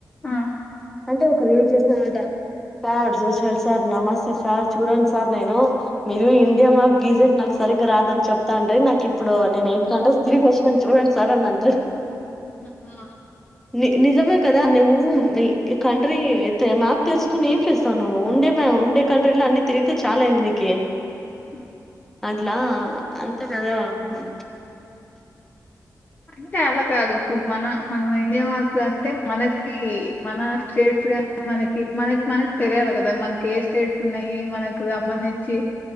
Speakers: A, on the left; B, in the centre.
A: ఆ
B: అంటే ఒక రీల్ చేసినా అంట సార్ సోషల్ సార్ నమస్తే సార్ చూడండి సార్ నేను మీరు ఇండియా మ గీజెట్ నాకు సరిగ్గా రాదని చెప్తాండ్రీ, నాకు ఇప్పుడు నేను ఎయిట్ కంట్రీస్ తిరిగి వచ్చినాన్, చూడండి సార్ అని అంటడు.
A: ఆ
B: ని నిజమే కదా అ నివు ఉ నీ కంట్రీ మ్యాప్ తెలుసుకుని ఏం చేస్తావు నువ్వు? ఉండే మీ ఉండే కంట్రీలో అన్ని తిరిగితే చాల్ అయింది నీకి
A: ఆ.
B: అట్లా అంతే కదా హు
A: అంటే అలా కాదు, ఇప్పుడు మన మనం ఇండియా మ్యాప్స్ అంటే మనకి మన స్టేట్స్ మనకి మనకి మనకి తెలియాలి కదా, మనకి ఏ స్టేట్స్ ఉన్నాయి మనకు సంబంధించి